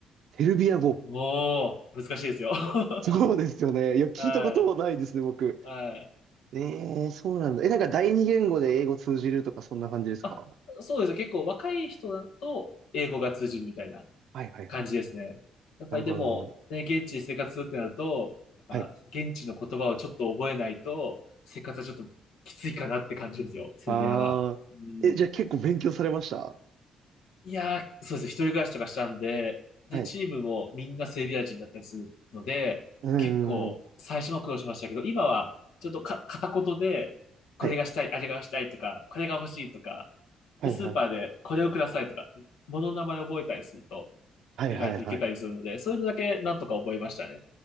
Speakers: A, on the right (about 75°); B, on the left (about 85°).
A: セルビア語。
B: もう、難しいですよ。<laughs>
A: <laughs> そうですよね。いや、聞いたこともないですね、
B: はい。
A: 僕。
B: はい。
A: ええー、そうなんだ。え、なんか第二言語で英語通じるとか、そんな感じですか
B: あ、そうです。結構若い人だと英語が通じるみたいな
A: はい、はい、
B: 感じですね。
A: はい、はい。
B: やっぱりでも、
A: なるほど、なるほど。
B: ね、現地で生活するってなると、やっぱ現地の言葉をちょっと覚えないと、
A: はい
B: 生活はちょっときついかなって感じですよ、セルビアは。
A: ああ。
B: うん。
A: え、じゃあ結構勉強されました
B: いやー、そうですね。一人暮らしとかしたんで、で、
A: はい。
B: チームもみんなセルビア人だったりするので、
A: うん。
B: 結構最初の苦労しましたけど、
A: うんうん
B: 今はちょっとか片言で、これがしたい、
A: はい。
B: あれがしたいとか、これが欲しいとか、
A: はいはい。
B: で、スーパーでこれをくださいとか、物の名前を覚えたりすると、
A: はいはいはい。
B: 意外といけたりするので、そういうのだけなんとか覚えましたね。